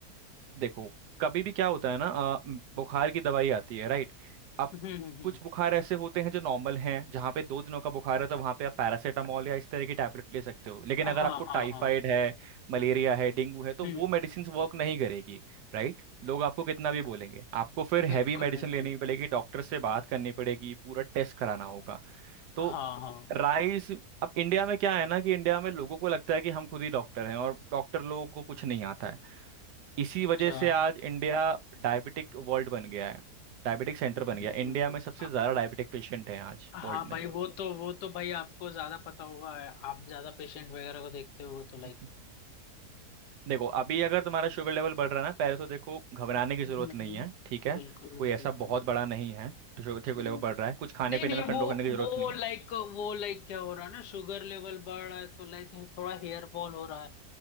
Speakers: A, on the right; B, on the left.
A: देखो कभी भी क्या होता है ना अ, म, बुखार की दवाई आती है राइट अब
B: हम्म हम्म हम्म
A: कुछ बुखार ऐसे होते हैं जो नॉर्मल हैं जहाँ पे दो दिनों का बुखार है तो वहाँ पे आप पैरासीटामोल या इस तरह की टैबलेट ले सकते हो लेकिन
B: हाँ
A: अगर आपको टाइफाइड
B: हाँ हाँ
A: है मलेरिया है डेंगू है तो
B: हम्म
A: वो मेडिसिन वर्क नहीं करेगी राइट लोग आपको कितना भी बोलेंगे आपको फिर
B: बिल्कुल
A: हैवी मेडिसिन
B: बिल्कुल
A: लेनी पड़ेगी डॉक्टर से बात करनी पड़ेगी पूरा टेस्ट कराना होगा तो
B: हाँ हाँ
A: राइस अब इंडिया में क्या है ना कि इंडिया में लोगों को लगता है कि हम खुद ही डॉक्टर हैं और डॉक्टर लोगों को कुछ नहीं आता है इसी
B: अच्छा
A: वजह से आज इंडिया डायबिटिक वर्ल्ड बन गया है डायबिटिक सेंटर बन
B: हम्म,
A: गया है। इंडिया में सबसे
B: आप-
A: ज्यादा डायबिटिक पेशेंट है आज
B: हाँ
A: वर्ल्ड
B: भाई
A: में
B: वो तो वो तो भाई आपको ज्यादा पता होगा आप ज्यादा पेशेंट वगैरह को देखते हो तो लाइक
A: हम्म, देखो अभी अगर तुम्हारा शुगर लेवल बढ़ रहा है ना पहले तो देखो घबराने की जरूरत
B: हम्म
A: नहीं है ठीक है
B: बिल्कुल बिल्कुल
A: कोई ऐसा बहुत
B: हाँ
A: बड़ा नहीं है तो शुगर शुगर
B: हम्म।
A: लेवल बढ़ रहा है कुछ खाने
B: नहीं
A: पीने
B: नहीं
A: में कंट्रोल
B: वो
A: करने की जरूरत
B: वो
A: नहीं
B: लाइक
A: है
B: वो लाइक क्या हो रहा है ना शुगर लेवल बढ़ रहा है तो लाइक थोड़ा हेयर फॉल हो रहा है